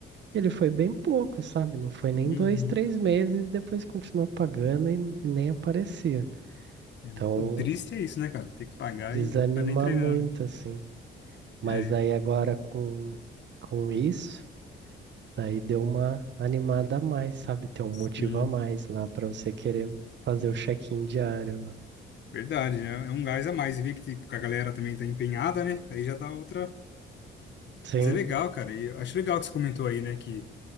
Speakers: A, on the right; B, on the left.
A: Ele foi bem pouco, sabe? Não foi nem
B: uhum.
A: dois, três meses, depois continuou pagando e e nem aparecia.
B: É,
A: Então,
B: O triste é isso, né, cara? Tem que pagar
A: desanima
B: e tá nem treinando.
A: muito, assim. Mas
B: É,
A: daí agora com, com isso, daí deu uma animada a mais, sabe? Tem um
B: sim.
A: motivo a mais lá para você querer fazer o check-in diário lá.
B: Verdade, é é um gás a mais. E ver que, tipo, que a galera também tá empenhada, né? Aí já dá outra.
A: Sim,
B: Mas é legal, cara. E eu acho legal que você comentou aí, né? Que,